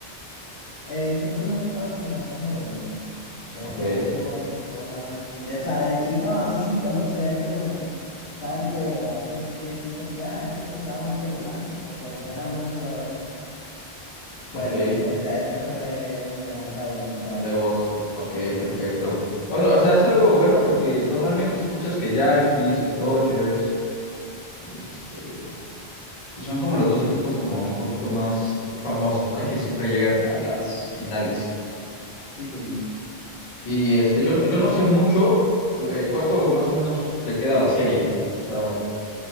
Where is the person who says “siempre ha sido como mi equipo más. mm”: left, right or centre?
Left